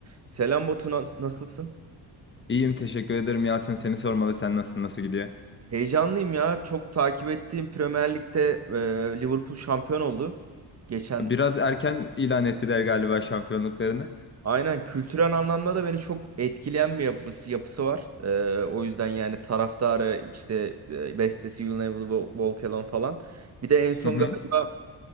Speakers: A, on the right (about 40°); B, on the left (about 30°).
A: Selam Batu, nas- nasılsın?
B: İyiyim teşekkür ederim Yalçın. Seni sormalı. Sen nasılsın? Nasıl gidiyor?
A: Heyecanlıyım ya. Çok takip ettiğim Premier Lig'de e, Liverpool şampiyon oldu. Geçen
B: Biraz erken ilan ettiler galiba şampiyonluklarını.
A: aynen kültürel anlamda da beni çok etkileyen bir yapısı yapısı var. E, o yüzden yani taraftarı işte e, bestesi You'll Never Wa- Walk Alone falan. Bir de en son
B: Hı hı.
A: galiba